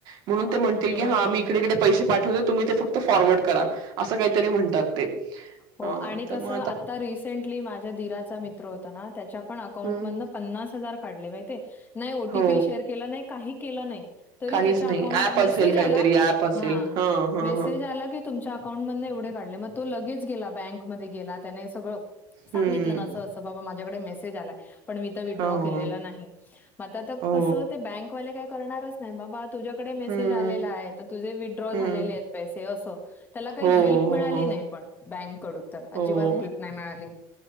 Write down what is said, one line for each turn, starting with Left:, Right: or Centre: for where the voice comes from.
Right: म्हणून
Left: अ-
Right: ते म्हणतील
Left: हम्म
Right: हा मी इकडे इकडे पैसे पाठव तुम्ही ते फक्त फॉरवर्ड करा असं काहीतरी म्हणतात ते
Left: हो
Right: हा
Left: आणि
Right: तर
Left: कसं
Right: मग
Left: आता रिसेंटली माझ्या दीराचा मित्र होता ना त्याच्या पण अकाउंटमधन
Right: हम्म
Left: पन्नास हजार काढले माहिते नाही ओटीपी
Right: हो
Left: शेअर केला नाही काही केलं नाही. तरी
Right: काहीच
Left: त्याच्या
Right: नाही
Left: अकाउंट
Right: ऍप
Left: मेसेज
Right: असेल काहीतरी
Left: आला
Right: ऍप असेल
Left: हा
Right: हा
Left: मेसेज
Right: हा
Left: आला की तुमच्या अकाउंट मध एवढे काढले मग तो लगेच गेला बँकमध्ये गेला त्याने सगळं सांगितलं
Right: हम्म
Left: ना असं असं बाबा माझ्याकडे मेसेज आलाय. पण मी तर विड्रॉ
Right: हो
Left: केलेला नाही म आता
Right: हो
Left: कस ते बँकवाले काय करणारच नाही बाबा. तुझ्याकडे मेसेज
Right: हम्म
Left: आलेला आहे तुझे मित्र
Right: हम्म
Left: झालेले आहेत पैसे त्याला काय
Right: हो
Left: असं हेल्प
Right: हो हो
Left: ण बँकड तर अजिबात
Right: हो
Left: हेल्प नाही मिळाली.